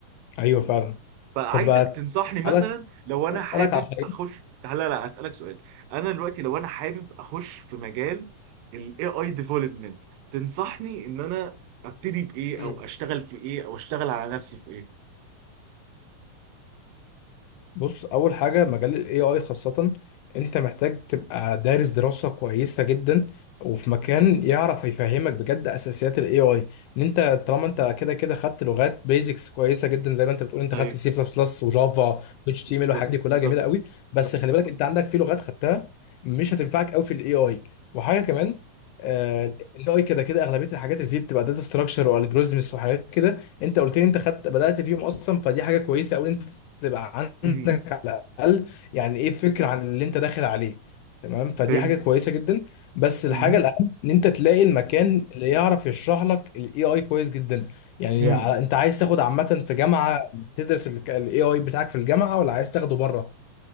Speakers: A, on the left (about 80°); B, on the right (about 90°).
A: ايوه فعلا
B: فعايزك
A: طب بقى
B: تنصحني مثلا
A: تعالى
B: لو
A: اسالك
B: انا حابب
A: على حاجه
B: اخش لا لا لا، اسالك سؤال انا دلوقتي لو انا حابب اخش في مجال الاي اي ديفلوبمنت تنصحني ان انا ابتدي بايه
A: مم.
B: او اشتغل في ايه او اشتغل على نفسي في ايه
A: بص اول حاجه مجال الاي اي خاصه انت محتاج تبقى دارس دراسه كويسه جدا وفي
B: مم.
A: مكان يعرف يفهمك بجد اساسيات الاي اي ان انت طالما انت كده كده خدت لغات بيزكس كويسه جدا زي ما انت بتقول انت
B: ايوه
A: خدت سي بلس بلس وجافا واتش تي
B: بالظبط
A: ام ال والحاجات دي كلها
B: بالظبط
A: جميله قوي بس خلي بالك انت عندك في لغات خدتها مش هتنفعك قوي في الاي اي وحاجه كمان الاي اي كده كده اغلبيه الحاجات اللي فيه بتبقى داتا ستراكشر والجوريزمز وحاجات كده انت قلت لي انت خدت بدات فيهم اصلا فدي حاجه كويسه قوي انت تبقى
B: مم.
A: عندك على الاقل يعني ايه فكره عن اللي انت داخل عليه تمام فدي
B: فهمت
A: حاجه كويسه جدا بس الحاجه
B: مم.
A: الاهم ان انت تلاقي المكان اللي يعرف يشرح لك الاي اي كويس جدا يعني
B: مم.
A: على- انت عايز تاخد عامه في جامعه تدرس الاي اي بتاعك في الجامعه ولا عايز تاخده بره